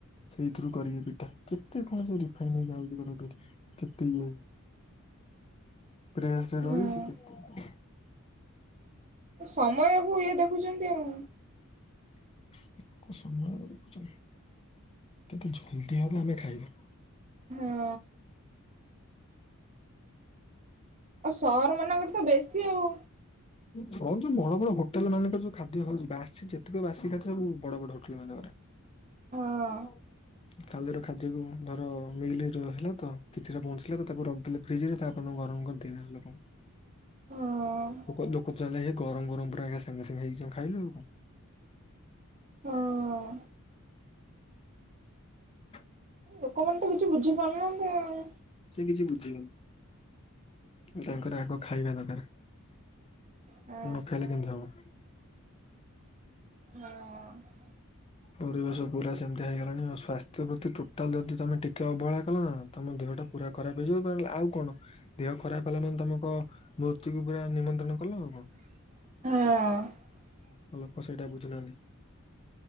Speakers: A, on the left; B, on the right.
A: ସେଇଥିରୁ କରିବେ ପିଠା କେତେ କଣ ସେ ରିଫାଇନ ହେରିକା ଆଣିକି <unintelligible> କେତେ ଇଏ ପ୍ରେସରେ ରହି
B: ହଁ
A: କେତେ
B: ସମୟକୁ ଇଏ ଦେଖୁଛନ୍ତି ଆଉ।
A: <unintelligible> କିନ୍ତୁ ଜଲଦି ହବ ଆମେ ଖାଇବା।
B: ହଁ। ଆଉ ସହରମାନଙ୍କରେ ତ ବେଶୀ ଆଉ।
A: ହ ଯୋଉ ବଡ ବଡ ହୋଟେଲମାନଙ୍କରେ ଯୋଉ ଖାଦ୍ୟ ହଉଛି, ବାସି ଯେତକ ବାସି ଖାଦ୍ୟ ସବୁ ବଡ ବଡ ହୋଟେଲମାନଙ୍କରେ।
B: ହଁ
A: <unintelligible> କାଲିର ଖାଦ୍ୟକୁ ଧର ମିଲର ହେଲା ତ କିଛିଟା ବଞ୍ଚିଲା ତ ତାକୁ ରଖିଦେଲେ ଫ୍ରିଜରେ ତାପରଦିନ ଗରମ କରିଦେଇଦେଲେ ଲୋକଙ୍କୁ। ହୁଁ।
B: ହଁ।
A: <unintelligible> ଗରମ ଗରମ ପୁରା ଆା ସାଙ୍ଗେ ସାଙ୍ଗେ ହେଇଚି ଖାଇଲୁ ଆଉ କଣ।
B: ହଁ
A: <unintelligible> <unintelligible>
B: ଲୋକମାନେ ତ କିଛି ବୁଝିପାରୁନ୍ତି ଆଉ।
A: ସେ କିଛି ବୁଝିବେନି ତାଙ୍କର ଆଗ ଖାଇବା ଦରକାର।
B: ହଁ
A: ନଖାଇଲେ କେମିତି ହବ?
B: ହଁ
A: ପରିବେଶ ପୁରା ସେମିତି। ହେଇଗଲାଣି ସ୍ବାସ୍ଥ୍ୟ ପ୍ରତି ଟୋଟାଲ ଯଦି ତମେ ଟିକେ ଅବହେଳା କଲ ନା ତମ ଦେହଟା ପୁରା ଖରାପ ହେଇଯିବ ଆଉ କଣ ଦେହ ଖରାପ ହେଲା ମାନେ ତମ ମୃତ୍ୟୁକୁ ପୁରା ନିମନ୍ତ୍ରଣ କଲ ଆଉ କଣ।
B: ହଁ।
A: ଲୋକ ସେଇଟା ବୁଝୁନାହାନ୍ତି।